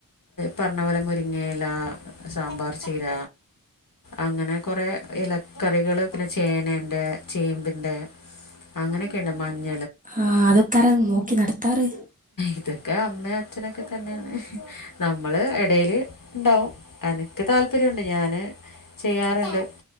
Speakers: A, on the left; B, on the right.
A: പറഞ്ഞപോലെ മുരിങ്ങ ഇല്ല സാമ്പാർ ചീര അങ്ങനെ കൊറെ ഇല്ല കറികള് പിന്നെ ചേനണ്ട് ചേമ്പ് ണ്ട് അങ്ങനെക്കെണ്ട് മഞ്ഞ
B: ആഹ് അതൊക്കാര നോക്കി നട ത്താറ്
A: ഇതൊക്കെ അമ്മേ അച്ഛനൊക്കെ തന്നെയാണ് നമ്മള് എടേല് ഇണ്ടാവും എനക്ക് താല്പര്യണ്ട് ഞാന് ചെയ്യാറുണ്ട്